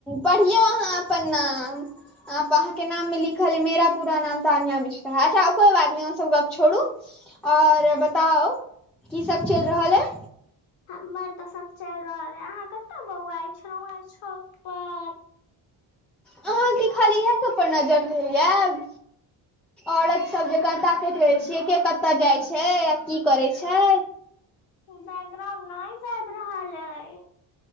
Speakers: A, in the centre; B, on the left (about 85°).
A: पढ़ियौ आहाँ अपन नाम आ आहाँ के नाम मे लिखल ह मेरा पूरा नाम तानियी मिश्रा है अच्छा कोई बात नै ओ सब गप छोड़ू। और बताउ की सब चल रहल अय।
B: हमर तऽ सब चल रहल हे अहाँ कतौ बौआइ छेलौ आ छौत पर।
A: अहाँके खाली इएह सब पर नजर रहइ याए। औरत सब जकाँ ताकैत रहे छियै के कतऽ जाइ छै की करे छै।
B: बैकग्राउंड नहि जाइब रहल अय।